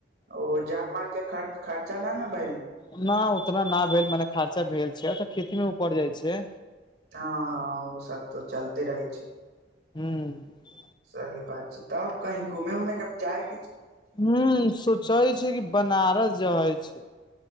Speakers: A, on the right (about 60°); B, on the left (about 25°).
A: ओ जान माल के खर्चा न न भईल
B: न उतना ना भेल माने खर्चा भेल छै खेती मे ऊपर जाइ छै
A: हँ हँ ओ सब तऽ चलते रहैइ छै
B: हूँ
A: सही बात छै तब कहीं घूमे उमे कब जाइ
B: हूँ सोचै छी कि बनारस जाई छी